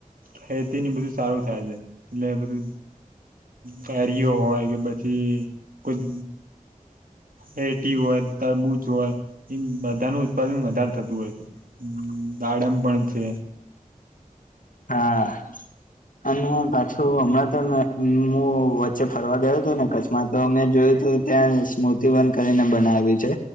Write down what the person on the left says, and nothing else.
હા અને પાછુ હમણા, તો હું વચ્ચે ફરવા ગયો હતો ને કચ્છમા, તો મેં જોયુ ત્યાં સ્મૃતિવન કરીને બનાવી છે,